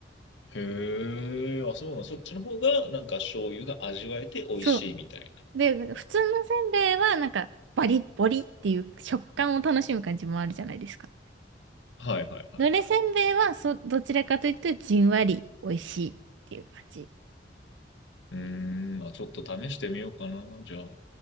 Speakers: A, on the left; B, on the right.
A: へえ、あ、そうなん、そっちの方がなんか醤油が味わえて美味しいみたいな。
B: そう。で、なんか普通のせんべいは、なんか、バリッボリっていう食感を楽しむ感じもあるじゃないですか。
A: はいはいはい。
B: 濡れせんべいは、そ、どちらかというと、じんわり美味しいっていう感じ。
A: うーん、まあちょっと試してみようかな、じゃあ。